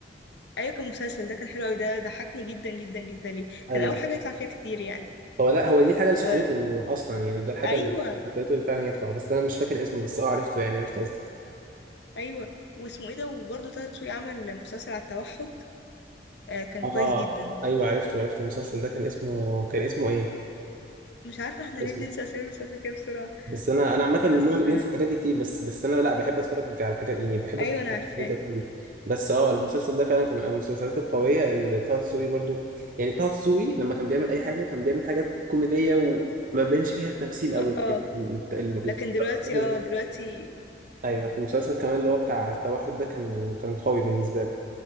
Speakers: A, on the left; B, on the right.
A: ايوه كان مسلسل ده كان حلو قوي ده ضحكني جدا جدا جدا ليه كان
B: أيوه
A: اول حاجه يطلع فيها كتير يعني
B: هو لا هو دي الحاجة اللي
A: وايوه
B: شهرته أصلا يعني ده الحاجة
A: ايوه
B: اللي خلته فعلا يطلع بس أنا مش فاكر اسمه بس أه عرفته يعني عرفت قصدك
A: أيوة. واسمه ايه ده وبرضه طه دسوقي عمل مسلسل على التوحد آه كان
B: آه
A: كويس جدا
B: أيوه عرفته عرفت المسلسل ده كان اسمه كان اسمه إيه؟
A: مش عارفه احنا
B: اسمه
A: ليه بننسى اسامي المسلسل كده بسرعه
B: بس انا انا عامه من
A: بس
B: النوع اللي بينسى
A: آه
B: الحاجات دي كتير بس بس انا لا بحب اتفرج على الحاجات يعني بحب
A: ايوه
B: اتفرج
A: انا
B: على
A: عارفاه
B: الحاجات دي. بس اه المسلسل ده فعلا كان من المسلسلات القويه اللي طه دسوقي برضو يعني طه دسوقي لما كان بيعمل اي حاجه كان بيعمل حاجات كوميديه وما بيبانش فيها التمثيل قوي
A: اه
B: ال- ال-
A: لكن دلوقتي
B: ال-
A: اه دلوقتي
B: ايوه المسلسل كمان اللي هو بتاع التوحد ده كان كان قوي بالنسبه لي